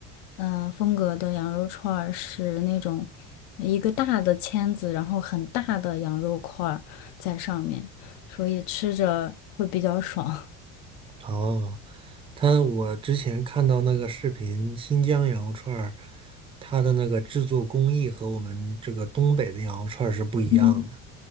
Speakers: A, on the left; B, on the right.
A: 嗯，风格的羊肉串儿是那种一个大的签子，然后很大的羊肉块儿在上面，所以吃着会比较爽。
B: 哦，他我之前看到那个视频，新疆羊肉串儿，它的那个制作工艺和我们这个东北的羊肉串儿是不一样的。
A: 嗯